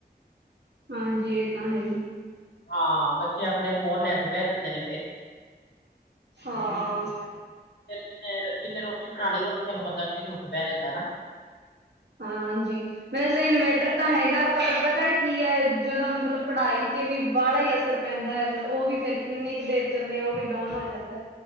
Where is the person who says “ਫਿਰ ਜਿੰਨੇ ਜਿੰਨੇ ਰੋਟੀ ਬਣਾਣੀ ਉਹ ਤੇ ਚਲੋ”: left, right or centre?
Left